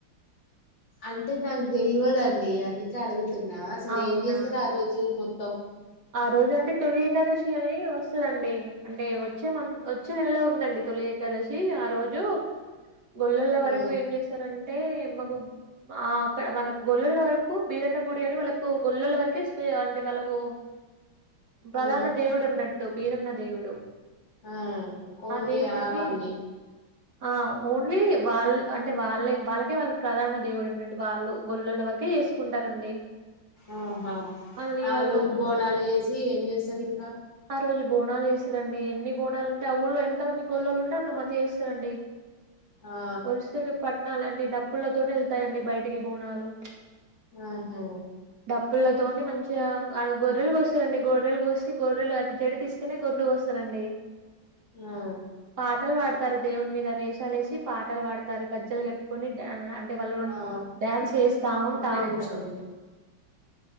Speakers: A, on the left; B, on the right.
A: అంటే నాకు తేల్వదండి అందుకే అడుగుతున్నా అసలు
B: అవునా
A: ఏం చేస్తారు ఆ రోజు మొత్తం
B: ఆ రోజు అంటే తొలి ఏకాదశి అని వస్తదండి అంటే వచ్చే మ వచ్చే నెలలో ఉందండి తొలి ఏకాదశి ఆ రోజు గొల్లల వరకు
A: ఆ
B: ఏం చేస్తారంటే మాకు ఆ అక్కడ వాళ్ళకు గొల్లల వరకు బీరన్న గుడి అని వాళ్ళకు గొల్లుల వరకే స్ అంటే వాళ్ళకు పలాన
A: ఆ
B: దేవుడు ఉన్నట్టు బీరన్న దేవుడు
A: ఆ ఓన్లీ
B: ఆ దేవునికి
A: ఆవాల్ని
B: ఆ ఓన్లీ వాళ్ళే అంటే వాళ్ళే వాళ్ళకే వాళ్ళ ప్రధాన దేవుడు అన్నట్టు వాళ్ళు గొల్లల వరకే చేసుకుంటారండి
A: ఆహా
B: మళ్ళీ
A: ఆ
B: వాళ్ళు
A: రోజు బోనాలు చేసి ఏం చేస్తారు ఇంకా
B: ఆ రోజు బోనాలు చేస్తారండి ఎన్ని బోనాలు ఉంటే ఆ ఊళ్ళలో ఎంతమంది గొల్లలు ఉంటే అంతమంది చేస్తారండి
A: ఆ
B: వరుసకి పట్టణాల అంటే డప్పులతోనే వెళ్తాయండి బయటికి బోనాలు
A: ఆహా
B: డప్పులతోని మంచిగా గొర్రెలు కోస్తారండి గొర్రెలు కోసి గొర్రెలు అ జడి తీస్తేనే గొర్రెలు కోస్తారండి
A: ఆ
B: పాటలు పాడతారు దేవుని మీద వేషాలేసి పాటలు పాడతారు గజ్జలు కట్టుకొని అంటే వాళ్ళు
A: ఆ
B: డ్యాన్స్ చేస్తా ఉంటా
A: ఒక్క నిమిషం
B: ఉంటారు
A: అండి